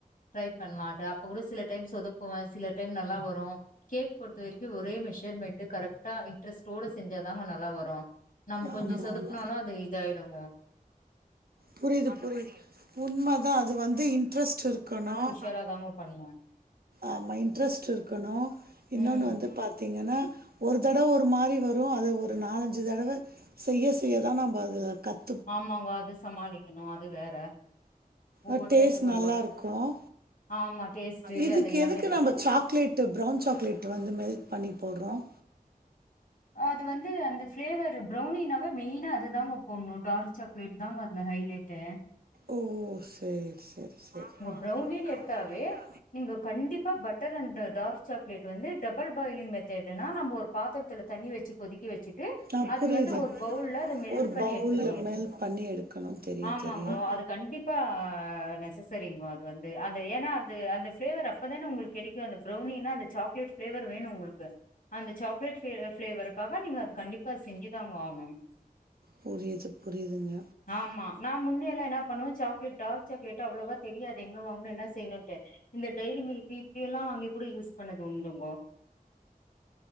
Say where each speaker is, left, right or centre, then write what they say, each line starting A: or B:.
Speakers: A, on the left (about 65°); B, on the right (about 80°).
A: ட்ரை பண்ணலான் இன்ட்டு அப்ப கூட சில டைம் சொதுப்பும் சில டைம் நல்லா வரும் கேக் பொறுத்த வரைக்கும் ஒரே மெஷர்மெண்ட் கரெக்டா இன்டரஸ்டோட இன்ட்ரெஸ்ட் ஓட செஞ்சாதாங்க நல்லா வரும் நம்ம
B: ஆமா
A: கொஞ்சம் சொதுப்புனாலும்
B: ஆமா
A: அது இதா ஆயிடுங்க
B: புரியுது புரியுது உண்ம தான் அது வந்து இன்ட்ரெஸ்ட் இருக்கணும்
A: சூப்பரா தாங்க பண்ணுவோ
B: ஆமா இன்ட்ரெஸ்ட் இருக்கணும் இன்னொன்னு
A: ம்.
B: வந்து பாத் தீங்கன்னா ஒரு தடவ ஒரு மாரி வரும் அது ஒரு நாலஞ்சு தடவ செய்ய செய்யதான் நம்ப அது கத்
A: ஆமாங்கோ அது சமாளிக்கணும் அது வேற ஒவ்வொரு
B: அ டேஸ்ட்
A: டைமுக்கு
B: நல்லா
A: ஒவ்வொ
B: இருக்கும்
A: ஆமா டேஸ்ட்டு
B: இதுக்கு
A: அது எல்லாமே
B: எதுக்கு நம்ம சாக்லேட் ப்ரௌன் சாக்லேட் வந்து மெல்ட் பண்ணி போட்றோம்
A: அது வந்து அந்த ஃப்ளேவர் பிரௌணினாவே மெயினா அதுதாங்க போட்ணும் டார்க் சாக் லேட் தாங்க அதுல ஹைலைட்
B: ஓ சேரி சேரி சேரி ஆமா
A: ப்ரௌனின்னு
B: நீங்க பிரௌணின்
A: எடுத்தாவே,
B: எடுத்தா
A: நீங்க கண்டிப்பா பட்டர் அண்ட் டார்க் சாக்லேட் வந்து டபுள் பாயிலிங் மெத்தட்டுனா நம்ம ஒரு பாத்தரத்த ல தண்ணி வச்சு கொதிக்க வச்சுட்டு
B: ஆ
A: அதில்
B: புரியுது
A: வந்து ஒரு பவுல்ல அத மெல்ட்
B: ஒரு
A: பண்ணி
B: பவுல்ல
A: எடுத்துக்கணும்
B: மெல்ட் பண்ணி எடுக்கணும் தெரியும்
A: ஆமாங்கோ
B: தெரியும்
A: அதுக் கண்டிப்பா நெசசரிங்கோ அது வந்து அந்த ஏன்னா அது அந்த ஃபிளவர் அப் ப்ப தான உங்ளுக்கு கிடைக்கும் அந்த பிரௌணினா அந்த சாக்லேட் ஃபிளவர் வேணும் உங்ளுக்கு அந்த சாக்லேட் ஃபிளே ஃபிளேவருக்காக நீங்க அது கண்டிப்பா செஞ்சுதாங்க ஆகணும்
B: புரியது புரியுதுங்க
A: ஆமா நா முன்னே எல்லாம் என்ன பண்ணுவேன் சாக்லட் டார்க் சாக்லேட்டு அவ்ளோவா தெரியாது எங்க வாங்கணும் என்ன செய்யணும்ட்டு இந்த டைரி மில்கு இப்டி எல்லாம் வாங்கி கூட யூஸ் பண்ணது உண்டுங்க